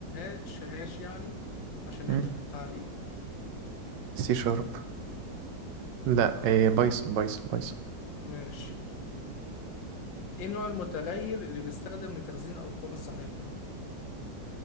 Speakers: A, on the left (about 85°); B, on the right (about 75°).
A: هاش هاش يعني عشان نعمل
B: م?
A: تعليق
B: سي شارب لا
A: لا غلط
B: إيه بايثون
A: بتخ-
B: بايثون بايثون
A: ماشي ايه النوع المتغير اللي بيستخدم لتخزين الارقام الصحيحه